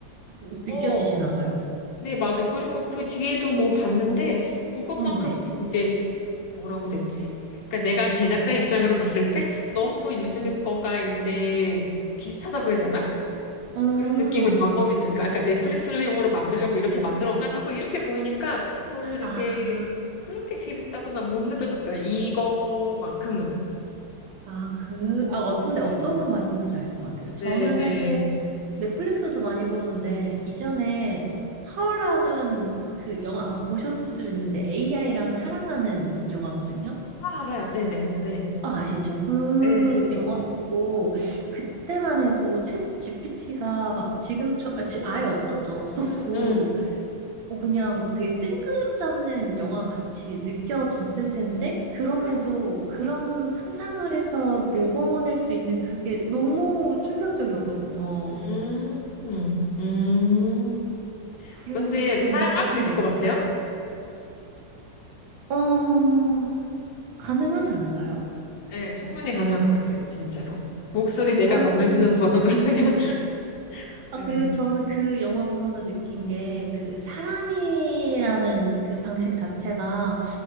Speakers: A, on the right (about 75°); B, on the left (about 65°).
A: 느껴지시나
B: 어,
A: 봐요.
B: 네, 맞아. 그리고 그 뒤에도 뭐 봤는데, 그것만큼
A: 응, 네.
B: 이제 뭐라고 됐지? 그러니까 내가 제작자 입장으로 봤을 때, 너무 요즘의 거가 이제 비슷하다고 해야 되나?
A: 음,
B: 그런 느낌을 받거든요. 그러니까 아까 넷플릭스를 용어로 만들려고 이렇게 만들었나? 자꾸 이렇게 보이니까 별로 이렇게
A: 아,
B: 그렇게 재밌다거나 못 느껴졌어요. 이거만큼은.
A: 아, 그, 아, 어,
B: 네,
A: 근데 어떤 말씀인지 알 것 같아요.
B: 네,
A: 저는
B: 네.
A: 사실 넷플릭스도 많이 보는데, 이전에 하울라는 그 영화 안 보셨을 수도 있는데, AI랑 사랑하는 영화거든요.
B: 아, 알아요. 네, 네, 네.
A: 아, 아시죠? 그
B: 네.
A: 영화 보고 그때만 해도 챗 GPT가 막 지금처럼 아, 지- 아예 없었죠. 없었고
B: 음, 음,
A: 뭐 그냥 되게 뜬구름 잡는 영화 같이 느껴졌을 텐데 그럼에도
B: 네.
A: 그런 상상을 해서 내보낼 수 있는 그게 너무 충격적이었거든요.
B: 음, 음, 음.
A: 그리고
B: 근데
A: 그때
B: 사랑할
A: 막
B: 수
A: 네.
B: 있을 것 같아요?
A: 어, 가능하지 않을까요?
B: 네, 충분히 가능할 것 같아요. 진짜로. 목소리 내가
A: 저는
B: 마음에 드는 버전이라면.
A: 음.
B: <laughs> 네.
A: 아, 그리고 저는 그 영화 보면서 느낀 게 그 사랑이라는 그 방식 자체가